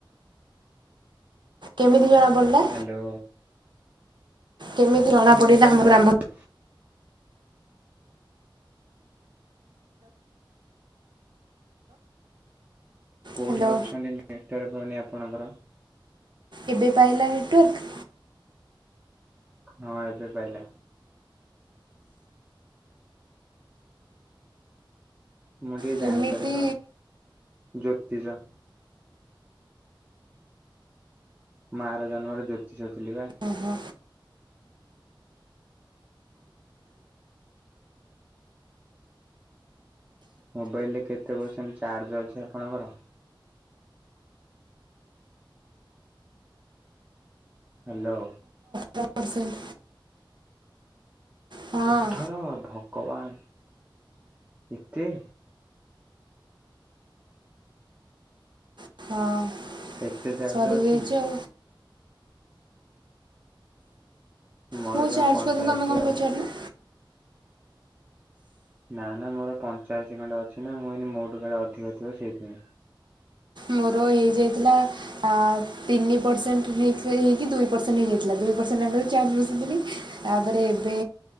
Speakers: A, on the right; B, on the right.
A: କେମିତି ଜଣା ପଡିଲା?
B: ହାଲୋ।
A: କେମିତି ଜଣା
B: ମୁଁ
A: ପଡିଲା
B: ସବୁ
A: ଆମ
B: ଜାଣିପାରୁ
A: ବ୍ରାହ୍ମ
B: କୋଉଠି
A: ହ୍ୟାଲୋ
B: ଅଛନ୍ତି ନେଟୱାର୍କ ପାଉନି ଆପଣଙ୍କର?
A: ଏବେ ପାଇଲା ନେଟୱାର୍କ?
B: ହଁ ଏବେ ପାଇଲା। ମୁଁ ଟିକେ
A: କେମିତି
B: ଜାଣିପାରେ ତ ଜ୍ୟୋତିଷ। ମୁଁ ଆର ଜନ୍ମରେ ଜ୍ୟୋତିଷ ଥିଲି ବା।
A: ଓହୋ
B: ମୋବାଇଲରେ କେତେ ପର୍ସେଣ୍ଟ ଚାର୍ଜ ଅଛି ଆପଣଙ୍କର? ହାଲୋ।
A: <unintelligible> ପର୍ସେଣ୍ଟ। ହଁ
B: ଅଠର ଭଗବାନ ଏତେ?
A: ହଁ।
B: ଏତେ ଚାର୍ଜ
A: ସରିଯାଇଛି
B: ଅଛି?
A: ଆଉ
B: ମୋର
A: ମୋ
B: ଜମା
A: ଚାର୍ଜ
B: ପଞ୍ଚାଅଶୀ
A: କଥା ତମେ କଣ
B: ଆଉ।
A: ପଚାରିଲ?
B: ନାଁ ନାଁ ମୋର ପଞ୍ଚାଅଶୀ ଖଣ୍ଡେ ଅଛି ନା ମୁଁ ଏନି ମୋଠୁ କାଳେ ଅଧିକ ଥିବ ସେଇଥିପାଇଁ।
A: ମୋର ହେଇଯାଇଥିଲା ଆ ତିନି ପରସେଣ୍ଟ ହେଇକି ଦୁଇ ପରସେଣ୍ଟ ହେଇଯାଇଥିଲା, ଦୁଇ ପରସେଣ୍ଟ ହେଲା ବେଳକୁ ଚାର୍ଜ ବସେଇଦେଇଥିଲି। ତାପରେ ଏବେ